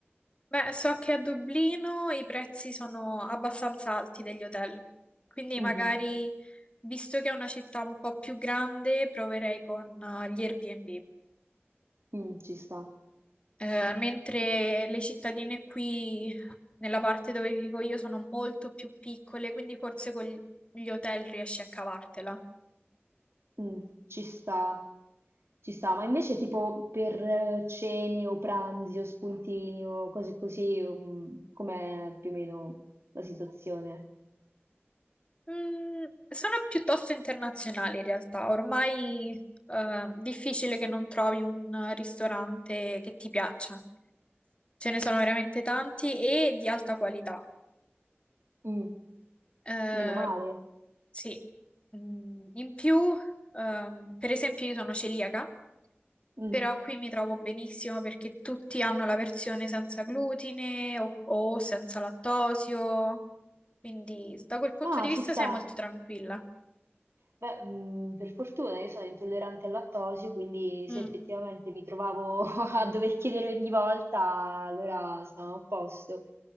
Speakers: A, on the left; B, on the right.
A: Beh, so che a Dublino i prezzi sono abbastanza alti degli hotel, quindi
B: Mhm,
A: magari, visto che è una città un po' più grande, proverei con eh, gli Airbnb.
B: mm, ci sta,
A: Eh, mentre le cittadine qui nella parte dove vivo io sono molto più piccole, quindi forse con gli hotel riesci a cavartela.
B: mm, ci sta, ci sta. Ma invece tipo per eh, cene o pranzi o spuntini o cose così, um, com'è più o meno la situazione?
A: Mm, sono piuttosto internazionali in realtà, ormai è difficile che non trovi un ristorante che ti piaccia. Ce ne sono veramente tanti e di alta qualità.
B: Mm,
A: Eh,
B: meno male.
A: sì, Mm, in più, ehm, per esempio, io sono celiaca,
B: Mm.
A: però qui mi trovo benissimo perché tutti hanno la versione senza glutine o, o senza lattosio, quindi da quel punto
B: Ah,
A: di vista
B: ci sta.
A: sei molto tranquilla.
B: Beh, mhmm, per fortuna io sono intollerante al lattosio, quindi
A: Mm,
B: se effettivamente mi trovavo <laughs> a dover chiedere ogni volta, allora stavamo a posto.